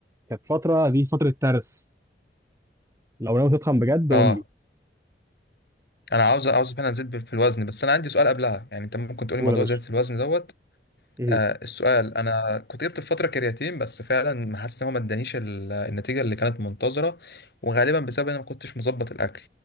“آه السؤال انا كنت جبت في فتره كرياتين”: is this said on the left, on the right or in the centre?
Left